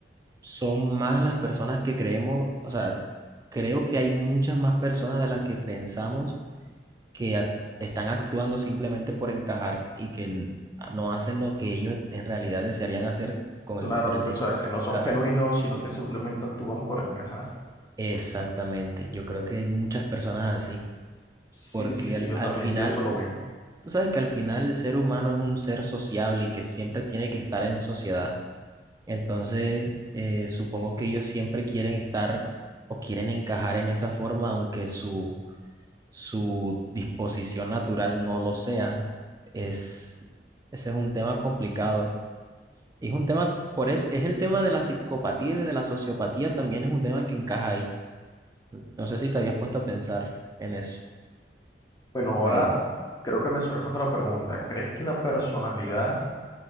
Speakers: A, on the right (about 20°); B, on the left (about 20°).
A: son más las personas que creemos, o sea, creo que hay muchas más personas de las que pensamos que act- están actuando simplemente por encajar y que n- no hacen lo que ellos en realidad desearían hacer con
B: Claro,
A: el, por el simple
B: o sea,
A: hecho
B: que no
A: de encajar.
B: son genuinos, sino que simplemente actúan por encajar.
A: Exactamente, yo creo que hay muchas personas así.
B: Sí,
A: porque
B: sí,
A: al,
B: yo
A: al
B: también
A: final,
B: pienso lo mismo.
A: tú sabes que al final el ser humano es un ser sociable y que siempre tiene que estar en sociedad. Entonces, eh, supongo que ellos siempre quieren estar o quieren encajar en esa forma, aunque su, su disposición natural no lo sea. Es, ese es un tema complicado. Es un tema, por eso, es el tema de la psicopatía y de la sociopatía también es un tema que encaja ahí. No sé si te habías puesto a pensar en eso.
B: Bueno, ahora
A: Eh,
B: creo que me surge otra pregunta. ¿Crees que la personalidad,